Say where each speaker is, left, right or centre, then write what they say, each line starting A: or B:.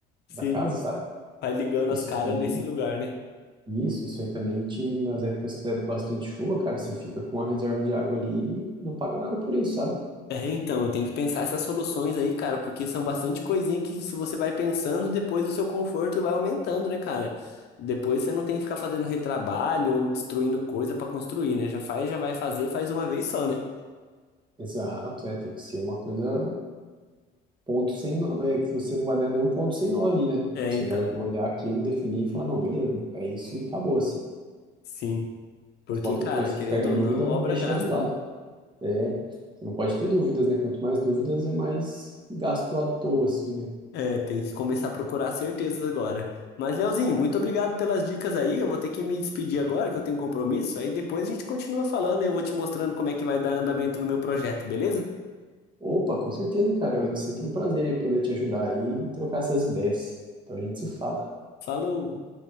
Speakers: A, on the left; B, on the right.
A: Sim,
B: da casa, sabe?
A: vai ligando
B: Isso
A: as calhas
B: aí também.
A: nesse lugar, né?
B: Isso, isso aí também te, nas épocas que der bastante chuva, cara, você fica com a reserva de água ali e não paga nada por isso, sabe?
A: É, então, eu tenho que pensar essas soluções aí, cara, porque são bastante coisinha que se você vai pensando, depois o seu conforto vai aumentando, né, cara? Depois você não tem que ficar fazendo retrabalho ou destruindo coisa pra construir, né? Já faz, já vai fazer, faz uma vez só, né?
B: Exato, é, tem que ser uma coisa ponto sem nó, é que você não vai dar nenhum ponto sem nó ali, né?
A: É,
B: Tipo,
A: então,
B: você vai olhar aquilo, definir e falar, não, beleza, é isso e acabou, assim.
A: sim. Porque,
B: Mas qualquer
A: cara,
B: coisa,
A: querendo
B: se ficar em
A: ou
B: dúvida,
A: não, obra
B: deixa
A: gasta,
B: de lado.
A: né?
B: É, você não pode ter dúvidas, né? Quanto mais dúvidas, é mais gasto à toa, assim, né?
A: É, tem que começar a procurar certezas agora. Mas, Leozinho, muito obrigado pelas dicas aí. Eu vou ter que me despedir agora, que eu tenho um compromisso. Aí depois a gente continua falando e eu vou te mostrando como é que vai dar andamento no meu projeto, beleza?
B: Opa, com certeza, cara, é sempre um prazer aí poder te ajudar aí e trocar essas ideias. Então a gente se fala.
A: Falou!